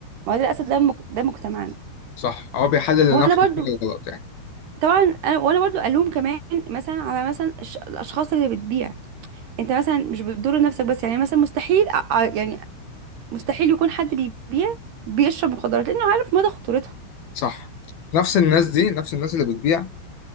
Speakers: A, on the right; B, on the left.
A: ما هو ده للاسف ده المج- ده مجتمعنا
B: صح هو بيحلل
A: وانا
B: لنفسه
A: برضو
B: الحاجة الغلط يعني
A: طبعا انا وانا برضو الوم كمان مثلا على مثلا الش- الاشخاص اللي بتبيع انت مثلا مش بتضر نفسك بس يعني مثلا مستحيل أ- أ- يعني مستحيل يكون حد بيبيع بيشرب مخدرات لانه عارف مدى خطورتها
B: صح نفس الناس دي نفس الناس اللي بتبيع